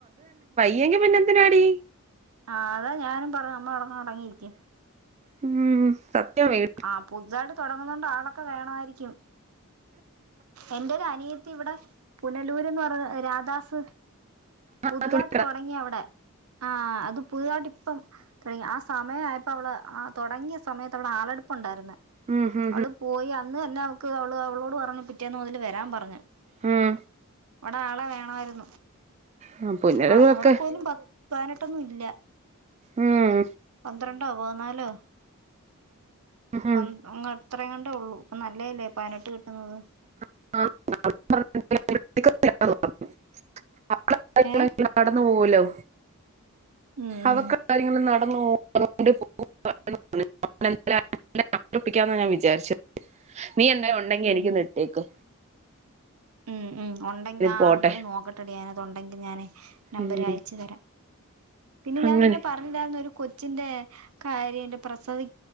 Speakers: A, on the right (about 30°); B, on the right (about 80°).
A: യ്യെങ്കി പിന്നെ എന്തിനാടി
B: ആഹ് അതാ ഞാനും പറഞ്ഞ അമ്മ അവടെ അടങ്ങിയിരിക്ക്
A: ഉം സത്യം വി
B: ആഹ് പുതുതായിട്ട് തുടങ്ങുന്നണ്ട് ആണ് ഒക്കെ വേണമായിരിക്കും എന്റെ ഒരു അനിയത്തി ഇവിടെ പുനലൂര്ന്ന് പറഞ്ഞ രാദാസ് പുതുതായിട്ട്
A: വീടിനകത്തൂടി
B: തുടങ്ങിയ അവിടെ ആ അത് പുതുതായിട്ട് ഇപ്പം ആ സമയ ആയപ്പ അവൾ തുടങ്ങിയ ആ സമയത്ത് അവള് ആളെടു ഇപ്പുണ്ടായിരുന്
A: ഉം ഉം
B: അവള്
A: ഉം
B: പോയി ആ അന്ന് തന്നെ അവക്ക് അവള് അവളോട് പറഞ് പിറ്റേന്ന് മുതൽ വരാൻ പറഞ്
A: മ്മ്
B: ഇവിടെ ആളെ വേണമായിരുന്നു
A: ആ പുനരവൊക്കെ
B: ആ അവിടെ പോലും പ വാനട്ടൊന്നും ഇല്ല
A: ഉം
B: പന്ത്ര ണ്ടോ പോന്നാലോ
A: ഉം
B: പ ങ്ങ് അത്ര ത്രോ ഉള്ളൂ ഇപ്പൊ നല്ലതല്ലേ പനട്ട് കിട്ടുന്നത്
A: <unintelligible>
B: ഏഹ്
A: നടന് പോലോ
B: ഉം ഉം
A: അവക് കാര്യങ്ങള് നട <unintelligible> ഞാൻ വിചാരിചെ നീ എന്തെ ഉണ്ടെങ്കി
B: ഉം
A: എനിക്കി ന്നിട്ടേക്ക്
B: ഉം ഉ ഉണ്ടെങ്കിൽ
A: പോട്ടെ
B: ഞ അത് നോക്കട്ടെടി ഞാനത് ഉണ്ടെങ്കിൽ ഞാന് നമ്പര്
A: ഉം
B: അയച്ചു തരാ പിന്നെ ഞാൻ
A: അങ്ങനെ
B: നിന്നോട് പറഞ്ഞില്ലായിരുന്നോ ഒരു കൊ ച്ചിന്റെ കാര്യംന്റെ പ്രസവി